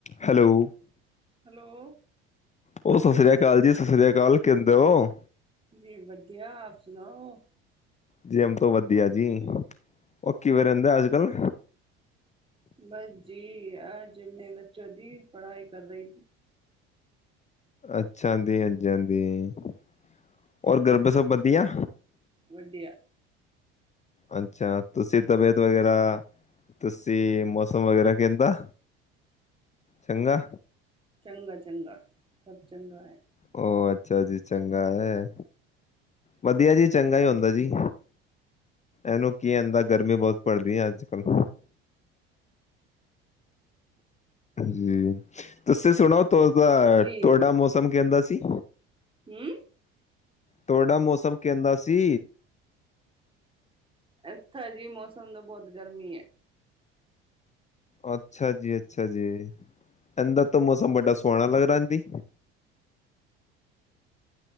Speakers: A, on the left; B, on the right.
A: ਹੈਲੋ
B: ਹੈਲੋ
A: ਓਹ ਸਸ ਸ੍ਰੀ ਕਾਲ ਜੀ, ਸਸ ਸ੍ਰੀ ਕਾਲ, ਕੈਦੇ ਹੋ?
B: ਜੀ ਵਧੀਆ, ਆਪ ਸੁਣਾਓ?
A: ਜੀ ਹਮ ਤੋਂ ਵਧੀਆ ਜੀ, ਓਹ ਕਿਵੇਂ ਰੈਹਂਦਾ ਅੱਜ-ਕੱਲ?
B: ਬਸ ਜੀ, ਅੱਜ ਮੈਂ ਬੱਚੋਂ ਦੀ ਪੜ੍ਹਾਈ ਕਰ ਰਹੀ।
A: ਅੱਛਾ ਆਂਦੀ ਐ, ਜਾਂਦੀ ਐ। ਔਰ ਘਰ ਪੇ ਸਭ ਵਧੀਆ?
B: ਵੱਦੀਆ।
A: ਅੱਛਾ, ਤੁਸੀਂ ਤਬੀਅਤ ਵਗੈਰਾ ਤੁਸੀਂ ਮੌਸਮ ਵਗੈਰਾ ਕੈਹੰਦਾ, ਚੰਗਾ
B: ਚੰਗਾ-ਚੰਗਾ ਸਭ ਚੰਗਾ ਐ।
A: ਓ ਅੱਛਾ ਜੀ ਚੰਗਾ ਐ। ਵਧੀਆ ਜੀ ਚੰਗਾ ਇ ਹੁੰਦਾ ਜੀ। ਇਹਨੂੰ ਕੀ ਆਂਦਾ ਗਰਮੀ ਬੋਹਤ ਪੜਦੀ ਐ ਅੱਜ-ਕੱਲ। ਜੀ ਤੁਸੀਂ ਸੁਣੋ ਤੌ ਤਾ
B: ਜੀ
A: ਤੁਹਾਡਾ ਮੌਸਮ ਕਹਿੰਦਾ ਸੀ
B: ਹੂੰ
A: ਤੁਹਾਡਾ ਮੌਸਮ ਕਹਿੰਦਾ ਸੀ
B: ਐਥਾ ਜੀ ਮੌਸਮ ਦਾ ਬੋਹਤ ਗਰਮੀ ਏ।
A: ਅੱਛਾ ਜੀ ਅੱਛਾ ਜੀ ਏਹੰਦਾ ਤਾ ਮੌਸਮ ਬਡਾ ਸੋਹਣਾ ਲੱਗਦਾ ਰੇਂਦੀ।